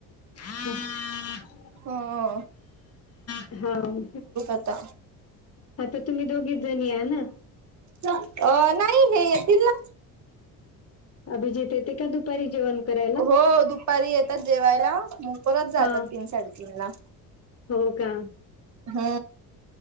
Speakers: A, on the left; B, on the right.
A: <inaudible>
B: ह अ
A: हा हू
B: आता
A: आता तुम्ही दोघीच जणी या ना
B: च अ नाही हे येतील ना
A: अभिजित येते का दुपारी जेवण कराय?
B: हो दुपारी येतात जेवायला, मग परत जातात
A: हा
B: तीन साडेतीन ला
A: हो का?
B: ह